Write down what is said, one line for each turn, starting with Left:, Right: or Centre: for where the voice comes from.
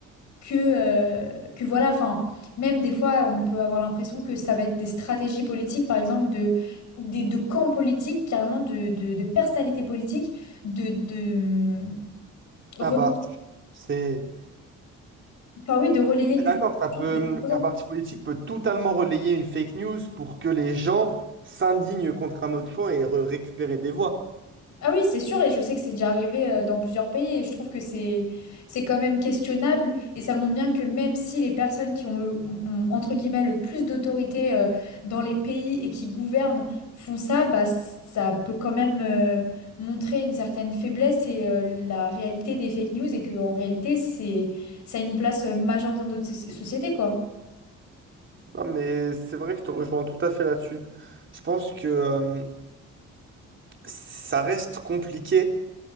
Left: Que, euh, que voilà, enfin, même des fois, on peut avoir l'impression que ça va être des stratégies politiques, par exemple, de, des, de camps politiques, carrément de, de, de personnalités politiques, de, de, hum,
Right: Ah bah, c'est...
Left: Enfin, oui, de relayer du
Right: Mais D'accord, ça peut,
Left: des exposants.
Right: un parti politique peut totalement relayer une fake news pour que les gens s'indignent contre un autre camp et re- récupérer des voix.
Left: Ah oui, c'est sûr, et je sais que c'est déjà arrivé euh, dans plusieurs pays, et je trouve que c'est c'est quand même questionnable, et ça montre bien que même si les personnes qui ont, euh, ont- ont, entre guillemets le plus d'autorité euh, dans les pays et qui gouvernent font ça, bah c- ça peut quand même euh, montrer une certaine faiblesse et euh, la réalité des fake news, et que en réalité c'est ça a une place euh, majeure dans notre soci- société, quoi.
Right: Non, mais c'est vrai que je te rejoins tout à fait là-dessus. Je pense que euh, ça reste compliqué